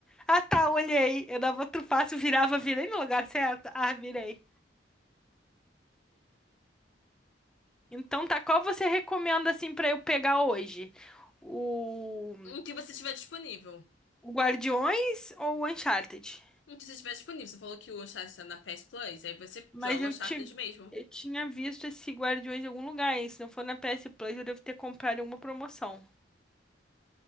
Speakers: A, in the centre; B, on the left (about 85°).
A: Ah tá, olhei. Eu dava outro passo, virava, virei no lugar certo. Ah, virei. Então tá, qual você recomenda assim pra eu pegar hoje? O,
B: O que você tiver disponível.
A: o Guardiões ou o Uncharted?
B: O que você tiver disponível. Você falou que o Uncharted tá na PS Plus, aí você
A: Mas
B: joga
A: eu,
B: o Uncharted
A: ti-
B: mesmo.
A: eu tinha visto esse Guardiões em algum lugar, hein? Se não for na PS Plus, eu devo ter comprado em alguma promoção.